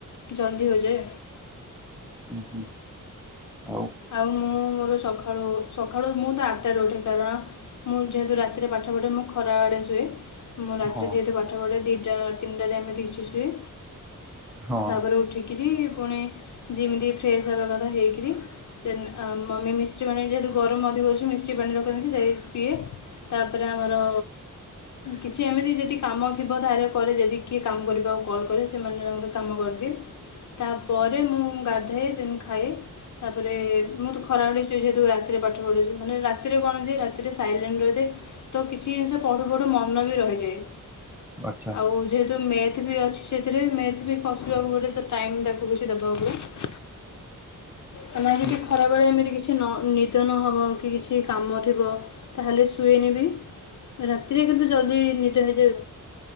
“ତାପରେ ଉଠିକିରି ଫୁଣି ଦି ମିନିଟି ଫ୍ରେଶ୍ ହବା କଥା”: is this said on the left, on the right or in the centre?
Left